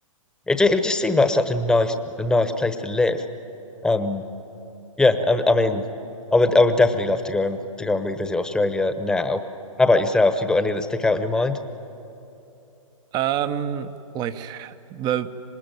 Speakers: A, in the centre; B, on the right (about 25°).
A: it ju- it just seemed like such a nice a nice place to live. Um, yeah, I, I mean, I would I would definitely love to go and to go and revisit Australia now. How about yourself? You got any that stick out in your mind?
B: Um, like the